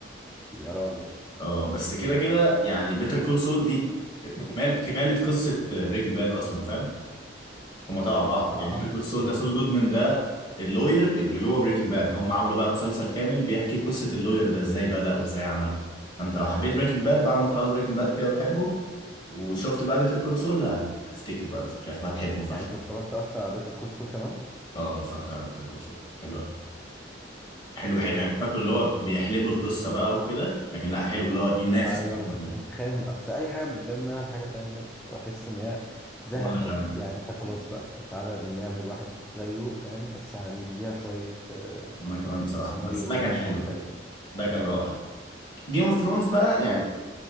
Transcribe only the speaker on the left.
اه بس كده كده يعني بيتر كول سول دي كمال كماله قصه بريكنج باد اصلا فاهم هم تبع بعض
يعني بيتر سول
ده سول جودمان ده اللوير اللي جوه بريكنج باد هم عملوا بقى مسلسل كامل بيحكي قصة اللوير ده ازاي بدأ وازاي عمل فانت لو حبيت بريكنج باد بعد ما تخلص بريكنج باد كده وتحبه وشفت بقى بيتر كول سول هتفتكر بقى الذكريات وهتحبه فشخ
اه اتفرجت على بيتر كول سول حلو قوي حلو حلو
يعني فاكره اللي هو بيحلبوا القصة بقى وكده لكن لا حلو اللي هو ينافس
بريكنج
باد
وانا
كمان
وانا كمان بصراحة
بس ده كان حلو
ده كان رائع جيم اوف ثرونز بقى يعني